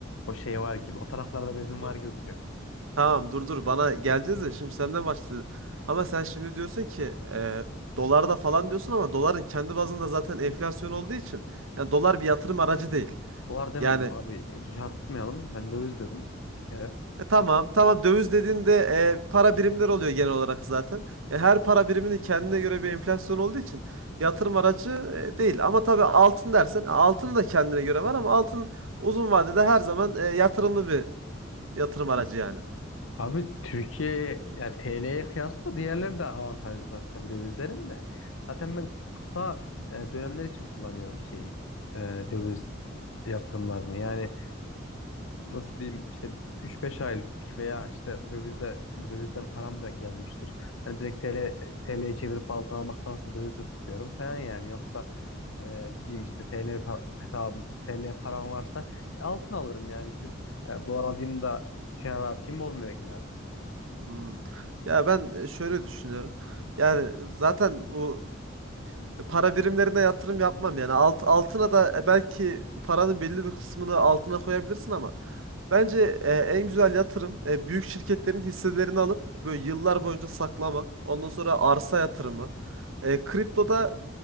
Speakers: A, on the left; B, on the right.
A: o şey var gibi. O taraflarda bezin
B: Dur.
A: var gibi duruyor.
B: Tamam dur dur bana geleceğiz de şimdi senden başladı. Ama sen şimdi diyorsun ki e, dolarda falan diyorsun ama doların kendi bazında zaten enflasyon olduğu için yani dolar bir yatırım aracı değil.
A: Dolar demedim
B: Yani
A: abi. e, Çarpıtmayalım. Ben döviz dedim bir kere.
B: E, tamam. Tamam döviz dediğinde e, para birimler oluyor genel olarak zaten. Ya her para biriminin kendine göre bir enflasyon olduğu için yatırım aracı e, değil. Ama tabii altın dersen e, altın da kendine göre var ama altın uzun vadede her zaman e, yatırımlı bir yatırım aracı yani.
A: Abi Türkiye yani TL'ye kıyasla diğerleri de avantajlı zaten tabii dövizlerin de. Zaten ben kısa e, dönemler için kullanıyorum şeyi. e, döviz yatırımlarını. Yani nasıl diyeyim işte 3-5 aylık veya işte dövizde dövizden param da gelmiştir. Hani direkt TL, TL'ye çevirip altın almaktansa dövizde tutuyorum falan yani. Yoksa e, gideyim işte TL pa- hesabım TL param varsa e, altın alırım yani gidip e, dolar alayım da kenara atayım olmuyor genelde.
B: Hmm. Ya ben e, şöyle düşünüyorum. Yani zaten bu e, para birimlerine yatırım yapmam yani. Alt, altına da e, belki paranın belli bir kısmını altına koyabilirsin ama Bence e, en güzel yatırım e, büyük şirketlerin hisselerini alıp böyle yıllar boyunca saklamak. Ondan sonra arsa yatırımı. E, kriptoda